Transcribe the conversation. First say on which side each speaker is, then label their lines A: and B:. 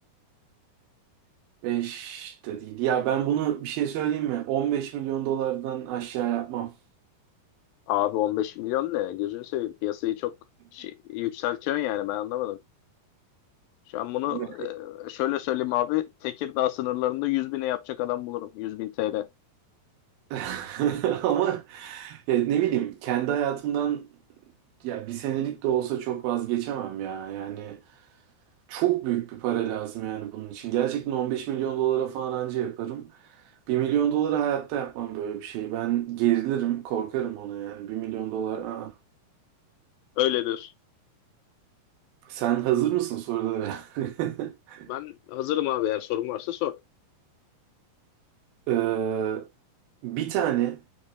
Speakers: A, on the right (about 70°); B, on the left (about 80°).
A: 5 de değil. Ya ben bunu bir şey söyleyeyim mi? 15 milyon dolardan aşağı yapmam.
B: Abi 15 milyon ne? Gözünü seveyim. Piyasayı çok şey, yükseltiyorsun yani ben anlamadım. Şu an bunu
A: Ya.
B: e, şöyle söyleyeyim abi. Tekirdağ sınırlarında 100 bine yapacak adam bulurum. 100 bin TL.
A: <laughs> Ama ya ne bileyim kendi hayatımdan ya bir senelik de olsa çok vazgeçemem ya. Yani çok büyük bir para lazım yani bunun için. Gerçekten 15 milyon dolara falan anca yaparım. bir milyon dolara hayatta yapmam böyle bir şey. Ben gerilirim, korkarım ona yani. bir milyon dolar. Aa.
B: Öyledir.
A: Sen hazır mısın sorulara? <laughs>
B: Ben hazırım abi eğer sorun varsa sor.
A: Ee, bir tane